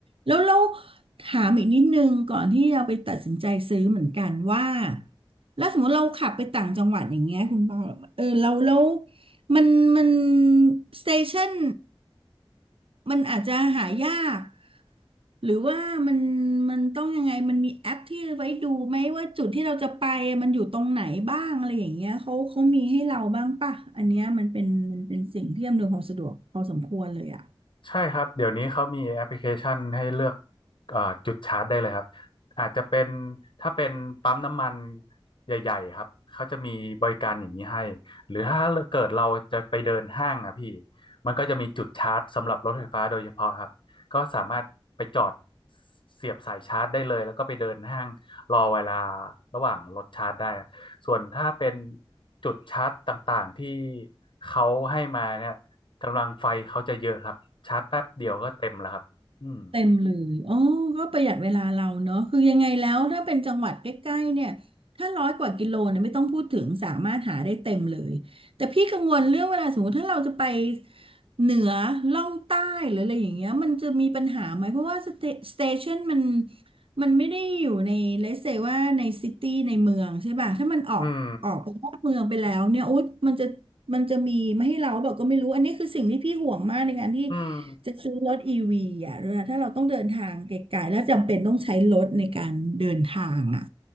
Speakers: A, on the right; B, on the left.
A: แล้วเราถามอีกนิดนึงก่อนที่เราไปตัดสินใจซื้อเหมือนกันว่าแล้วสมมติเราขับไปต่างจังหวัดอย่างเงี้ยคุณปอเออเราเรามันมันสเตชันมันอาจจะหายาก หรือว่ามันมันต้องยังไงมันมีแอปที่ไว้ดูไหมว่าจุดที่เราจะไปมันอยู่ตรงไหนบ้างอะไรอย่างเงี้ยเขาเขามีให้เราบ้างป่ะอันเนี้ยมันเป็นมันเป็นสิ่งที่อำนวยความสะดวกพอสมควรเลยอ่ะ
B: ใช่ครับเดี๋ยวนี้เขามีแอปพลิเคชันให้เลือกเอ่อจุดชาร์จได้เลยครับอาจจะเป็นถ้าเป็นปั๊มน้ำมันใหญ่ๆครับเขาจะมีบริการอย่างนี้ให้หรือถ้าเกิดเราจะไปเดินห้างอ่ะพี่มันก็จะมีจุดชาร์จสำหรับรถไฟฟ้าโดยเฉพาะครับก็สามารถไปจอดเสียบสายชาร์จได้เลยแล้วก็ไปเดินห้างรอเวลาระหว่างรถชาร์จได้ส่วนถ้าเป็นจุดชาร์จต่างๆที่เขาให้มาเนี่ย กำลังไฟเขาจะเยอะครับชาร์จแป๊บเดียวก็เต็มแล้วครับอืม
A: เต็มเลยอ๋อก็ประหยัดเวลาเราเนอะคือยังไงแล้วถ้าเป็นจังหวัดใกล้ๆเนี่ย ถ้าร้อยกว่ากิโลเนี่ยไม่ต้องพูดถึงสามารถหาได้เต็มเลย แต่พี่กังวลเรื่องเวลาสมมติถ้าเราจะไปเหนือล่องใต้หรืออะไรอย่างเงี้ยมันจะมีปัญหาไหม เพราะว่าสเตชันมันมันไม่ได้อยู่ในเลเซว่าในซิตี้ในเมืองใช่ป่ะถ้ามันออกออกไปนอกเมืองไปแล้วเนี่ยโอ๊ยมันจะ
B: อืม
A: มันจะมีไม่ให้เราแบบก็ไม่รู้อันนี้คือสิ่งที่พี่ห่วงมากในการที่
B: อืม
A: จะซื้อรถอีวีอ่ะเวลาถ้าเราต้องเดินทางไกลๆแล้วจำเป็นต้องใช้รถในการเดินทางอ่ะ